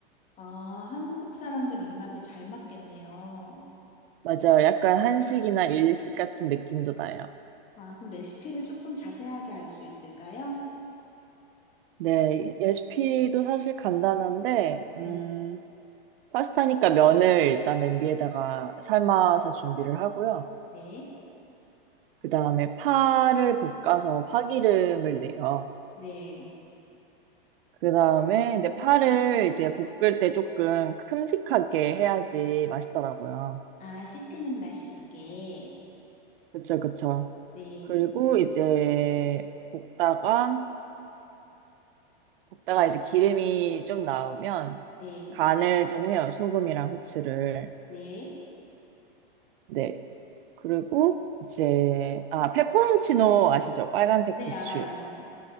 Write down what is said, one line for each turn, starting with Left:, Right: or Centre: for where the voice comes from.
Left: 아, 한국 사람들 입맛에 잘 맞겠네요.
Right: 맞아요. 약간 한식이나 일식 같은 느낌도 나요.
Left: 아, 그럼 레시피를 조금 자세하게 알 수 있을까요?
Right: 네, 레시피도 사실 간단한데, 음,
Left: 네.
Right: 파스타니까 면을 일단 냄비에다가 삶아서 준비를 하고요.
Left: 네.
Right: 그 다음에 파를 볶아서 파기름을 내요.
Left: 네.
Right: 그 다음에 이제 파를 이제 볶을 때 조금 큼직하게 해야지 맛있더라고요.
Left: 아, 씹히는 맛이 있게.
Right: 그쵸, 그쵸.
Left: 네.
Right: 그리고 이제 볶다가, 볶다가 이제 기름이 좀 나오면
Left: 네.
Right: 간을 좀 해요. 소금이랑 후추를.
Left: 네.
Right: 네. 그리고 이제 아 페퍼론치노 아시죠? 빨간색
Left: 네,
Right: 고추.
Left: 알아요.